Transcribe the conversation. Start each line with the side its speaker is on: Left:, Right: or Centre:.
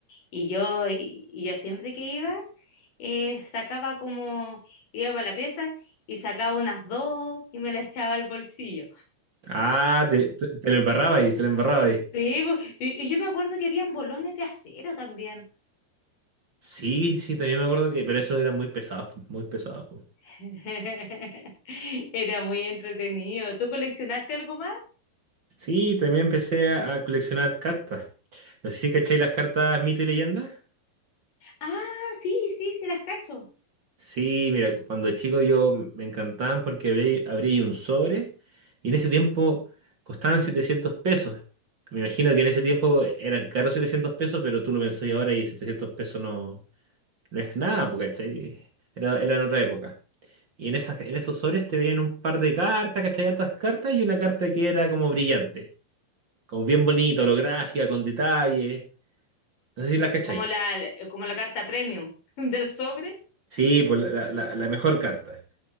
Left: Y yo, y, y yo siempre que iba, eh, sacaba como, iba para la pieza y sacaba unas dos y me las echaba al bolsillo.
Right: Ah, te, te- te lo embarraba ahí, te lo embarraba ahí.
Left: Sí, po, y, y yo me acuerdo que habían bolones de acero también.
Right: Sí, sí, también me acuerdo que, pero esos eran muy pesados, pues, muy pesados. pues.
Left: <laughs> Era muy entretenido. ¿Tú coleccionaste algo más?
Right: Sí, también empecé a, a coleccionar cartas. No sé si cacháis las cartas mito y leyenda.
Left: Ah, sí, sí, sí las cacho.
Right: Sí, mira, cu- cuando chico yo m- me encantaban porque abrí, abrí un sobre y en ese tiempo costaban 700 pesos. Me imagino que en ese tiempo eran caros 700 pesos, pero tú lo pensás ahora y 700 pesos no, no es nada, porque ¿cachai? Era, era en otra época. Y en esas, en esos sobres te venían un par de cartas, ¿cachai? Hartas cartas y una carta que era como brillante, como bien bonita, holográfica, con detalles. No sé si la cachai.
Left: como la, eh, como la carta premium <laughs> del sobre.
Right: Sí, pues la, la- la- la mejor carta.